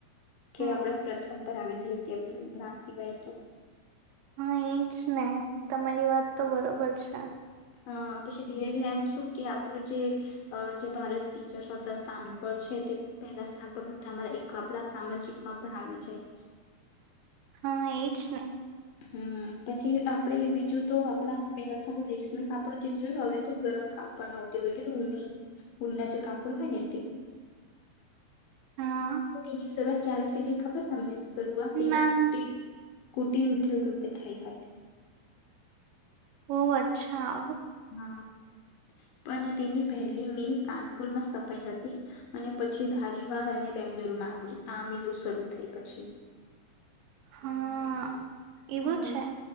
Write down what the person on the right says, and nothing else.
હમ
હા એજ ને તમારી વાત તો બરોબર છે
હા એજ ને
હા
ના
ઓહ અચ્છા.
હા એવું
છે.